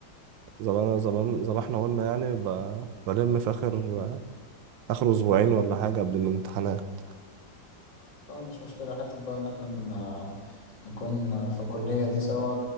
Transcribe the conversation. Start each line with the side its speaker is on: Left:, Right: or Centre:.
Right: زمان زمان زي ما احنا قلنا يعني ب- بلم في آخر آخر أسبوعين ولا حاجة قبل الامتحانات
Left: طبعا مش مشكلة حتة بقى إن إحنا ن- نكون في الكلية دي سوا